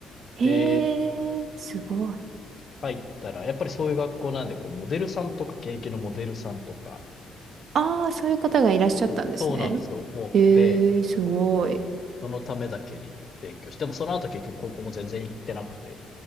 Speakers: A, on the right; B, on the left.
A: えー、
B: で、
A: すごい。
B: 入ったら、やっぱりそういう学校なんで、こう、モデルさんとか、現役のモデルさんとか、
A: ああ、そういう方がいらっしゃったんですね。
B: おそうなんですよ、多くて、
A: ええ、すごい。
B: そのためだけに勉強して、でもその後結局高校も全然行ってなくて、